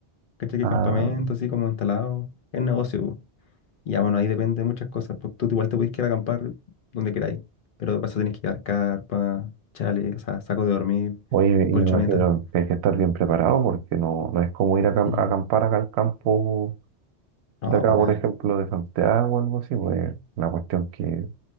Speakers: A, on the left; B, on the right.
A: ¿Cachai? Que
B: Ah.
A: campamentos así como instalados. Es negocio, po. Ya bueno, ahí depende de muchas cosas. Pues tú igual te puedes quedar a acampar donde queráis. Pero de paso tienes que llevar carpa, chale, o sea, saco de dormir,
B: Oye, y
A: colchoneta.
B: me imagino que hay que estar bien preparado porque no, no es como ir a, acam-
A: Sí.
B: a acampar acá al campo
A: No,
B: de acá,
A: para
B: por
A: nada.
B: ejemplo, de Santiago o algo así, pues la cuestión que